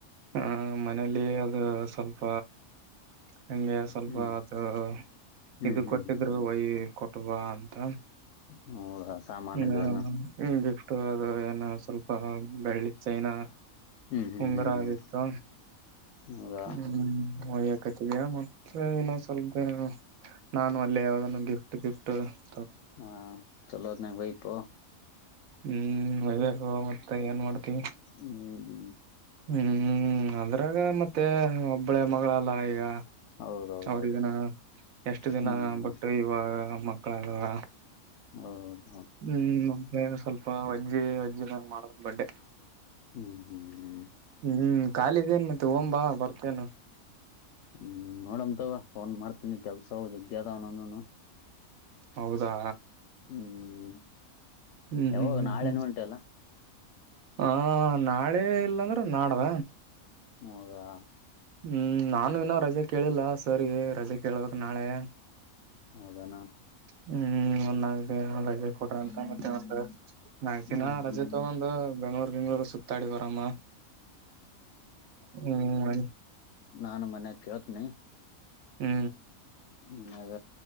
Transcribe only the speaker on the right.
ಹ ಮನೇಲಿ ಅದು ಸ್ವಲ್ಪ. ಹಂಗೆ ಸ್ವಲ್ಪ
ಅದು
ಇದು
ಕೊಟ್ಟಿದ್ರು
ವೈ ಕೊಟ್ ಟ್ವಾ ಅಂತ.
<unintelligible>
ಗಿಫ್ಟು ಅದು ಏ ನಾವ್ ಸ್ವಲ್ಪ ಬೆಳ್ಳಿದ್ ಚೈನಾ.
ಉಂಗರ
ಆಗಿತ್ತು
ಹ್ಮ್ <unintelligible> ಏನೋ ಸಲ್ಪ ಏನೂ <unintelligible> ನಾನು ಅಲ್ಲಿ ಯಾವುದನೊ <unintelligible> ಗಿಫ್ಟ್ ಗಿಫ್ಟ್ ಟ <unintelligible>
ಹ್ಮ್ <unintelligible> ಮತ್ತ <unintelligible> ಏನ್ ಮಾಡ್ತೀ
ಹ್ಮ್ ಹ್ಮ್ ಅದ್ರಾಗ ಮತ್ತ ತ್ತೆ ಒಬ್ಬಳೆ ಮಗಳಲ್ಲ ಈಗ
ಅವ್ರಗನ ಎಷ್ಟು ದಿನ
ಬಿಟ್ಟು ಇವಾಗ ಮಕ್ಕಳಾದಾರ
ಹ್ಮ್ ಬೇಗ ಸ್ವಲ್ಪ ಹೊಜ್ಜಿ ಒಜ್ಜಿನಗ್ <unintelligible> ಮಾಡದು ಬಡ್ಡೆ
ಹ್ಮ್ ಖಾಲಿದೇನ್ ಮತ್ತೆ ಓಂಬಾ ಬರ್ತೇನು
ಹೌದಾ
ಹ್ಮ್
ಹ್ಮ್ ಹ್ಮ್
ಹ್ಮ್
ಹ ನಾಳೆ ಇಲ್ಲಾಂದ್ರೆ ನಾಡ್ದ
ಹ್ಮ್ ನಾನು ಇನ್ನ ರಜೆ ಕೇಳಿಲ್ಲ ಸರಿ ರಜೆ ಕೇಳಬೇಕ್ ನಾಳೆ
ಹ್ಮ್ ಒಂದ್ ನಾಕ್ ದಿನ ರಜ್ <unintelligible> <unintelligible> ಫೋಟೋ
ಅಂತ ಮತ್ತೆ ಒಂದು ನಾಲ್ಕ್ ದಿನ
ರಜೆ ತಗೊಂದು ಬೆಂಗಳೂರ್ ಗಿಂಗಳೂರ್ ಸುತ್ತಾಡಿ ಬರಮ್ಮ ಹ್ಮ ಆಯ್ತ್
ಹ್ಮ